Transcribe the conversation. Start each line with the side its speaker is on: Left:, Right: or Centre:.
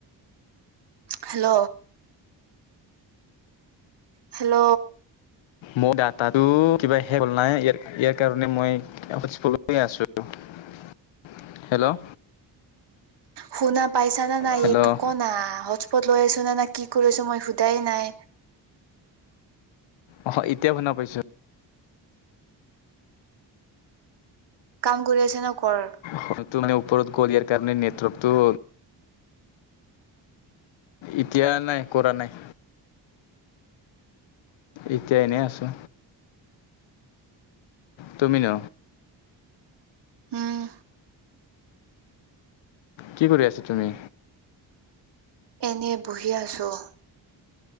Right: হেল্ল'। হেল্ল'।
Left: মোৰ দাটাটো কিবা শেষ হ'ল নাই ইয়াৰ, ইয়াৰ কাৰণে মই <unintelligible> আছো, হেল্ল'।
Right: শুনা পাইছা নে নাই
Left: হেল্ল'
Right: এইটো ক 'না, হটস্পট লৈ আছো নে নাই, কি কৰি আছ, মই সোধায় নাই।
Left: অ', এতিয়া শুনা পাইছো।
Right: কাম কৰি আছে ন কৰা
Left: হয়তো, মানে ওপৰত <unintelligible> দিয়াৰ কাৰণে নেটৱৰ্কতটো এতিয়া নাই, কৰা নাই। এতিয়া এনেই আছো। তুমি ন'
Right: উম
Left: কি কৰি আছা তুমি?
Right: এনেই বহি আছোঁ।